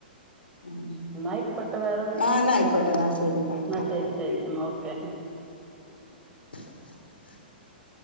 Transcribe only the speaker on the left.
ഉം
ആഹ് എന്നാ ആയിക്കോട്ടെ എന്നാ ശരി എന്നാ
ഓക്കെ
<inaudible>